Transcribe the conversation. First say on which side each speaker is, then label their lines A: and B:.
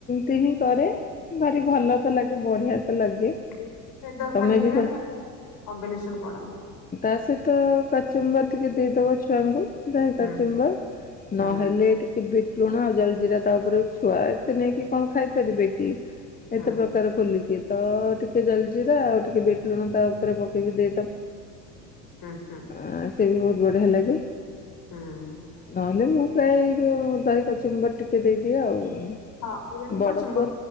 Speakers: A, on the left (about 20°); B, on the left (about 45°).
A: ତିହିଁ କରେ, ଭାରି ଭଲ ତ ଲାଗେ, ବଢ଼ିଆ ତ ଲାଗେ।
B: ବି <inaudible> ସହିତ
A: ତମେ
B: ଖାଲି ଏରା
A: ବି କ
B: ନା, <inaudible> କଣ କମ୍ବିନେସନ୍ କଣ ଆଉ?
A: ତା, ସହିତ କଚୁମ୍ବର୍ ଟିକେ ଦେଇଦବ ଛୁଆଙ୍କୁ। ଦହି
B: ହୁଁ
A: କଚୁମ୍ବର୍,
B: ହୁଁ
A: ନହେଲେ ଟିକେ ବିଟ୍ ଲୁଣ ଆଉ ଜଲ୍ ଜିରା ତା, ଉପରେ ଛୁଆ ଏତେ ନେଇକି କଣ ଖାଇପାରିବେ କି?
B: ହୁଁ
A: ଏତେ ପ୍ରକାର ଖୋଲିକି, ତ ଟିକେ ଜଲ୍ ଜିରା ଆଉ ଟିକେ ବିଟ୍ ଲୁଣ ତା, ଉପରେ ପକେଇକି ଦେଇଦବ।
B: ହୁଁ, ହୁଁ।
A: ଆଁ, ସେଇ ବହୁତ ବଢ଼ିଆ ଲାଗେ।
B: ହୁଁ।
A: ନହେଲେ, ମୁଁ ପ୍ରାୟ ଏ ଯୋଉଁ ଦହି କଚୁମ୍ବର୍ ଟିକେ ଦେଇଦିଏ ଆଉ-ଉଁ।
B: ହଁ ବିରିୟାନୀ
A: ବଡ଼ପୁଅ
B: କଚୁମ୍ବର